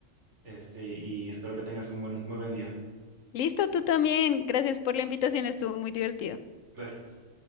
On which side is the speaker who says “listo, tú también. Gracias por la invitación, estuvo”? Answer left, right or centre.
Left